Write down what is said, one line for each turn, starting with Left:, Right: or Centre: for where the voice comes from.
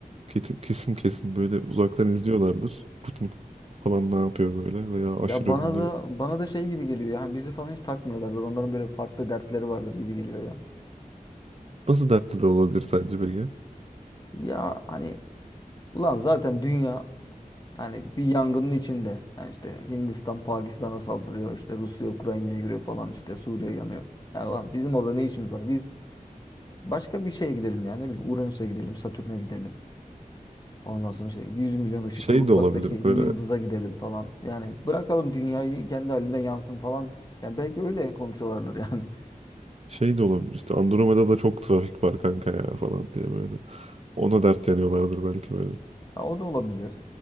Right: Kesin kesin, kesin böyle uzaktan izliyorlardır. Putin falan ne yapıyor böyle veya aşırı
Left: Ya bana
Right: ünlü.
Left: da bana da şey gibi geliyor ya hani bizi falan hiç takmıyorlardır. Onların böyle farklı dertleri vardır gibi geliyor ya.
Right: Nasıl dertleri olabilir sence peki?
Left: Ya hani ulan zaten dünya hani bir yangının içinde. Yani işte Hindistan Pakistan'a saldırıyor. işte Rusya Ukrayna'ya giriyor falan işte Suriye yanıyor. Yani ulan bizim orada ne işimiz var? Biz Başka bir şeye gidelim yani Ne bileyim Uranüs'e gidelim, Satürn'e gidelim. Ondan sonra işte 100 milyon ışık
Right: Şey
Left: yılı uzaktaki
Right: de olabilir böyle
Left: bir yıldıza gidelim falan. Yani bırakalım dünyayı kendi halinde yansın falan. Yani belki öyle konuşuyorlardır yani. <laughs>
Right: şey de olabilir işte Andromeda'da çok trafik var kanka ya falan diye böyle. Ona dert yanıyorlardır belki böyle.
Left: Ha, o da olabilir.